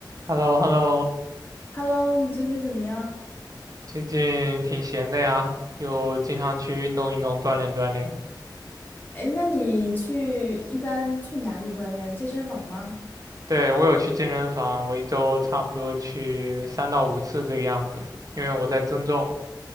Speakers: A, on the right; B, on the left.
A: h e l l o h e l l o
B: Hello，你最近怎么样？
A: 最近挺闲的呀，又经常去运动运动，锻炼锻炼。
B: 哎，那你去一般去哪里锻炼？健身房吗？
A: 对，我有去健身房，我一周差不多去三到五次这个样子，因为我在增重。